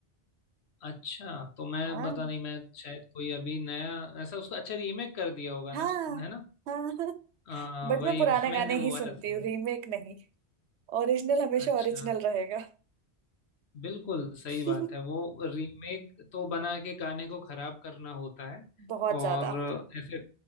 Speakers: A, on the left (about 75°); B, on the right (about 85°).
A: अच्छा तो मैं
B: हाँ
A: पता नहीं मैं शायद कोई अभी नया ऐसा उसको अच्छा रीमेक कर दिया होगा ना
B: हाँ
A: है ना
B: हाँ हाँ।
A: आ,
B: बट
A: वही
B: मैं पुराने
A: <laughs> मैंने
B: गाने ही
A: वो वाला
B: सुनती
A: सुना
B: हूँ रीमेक नहीं ओरिजिनल हमेशा
A: अच्छा
B: ओरिजिनल रहेगा
A: बिल्कुल सही
B: <laughs>
A: बात है वो रीमेक तो बना के गाने को खराब करना होता है
B: बहुत
A: और
B: ज्यादा
A: ऐसे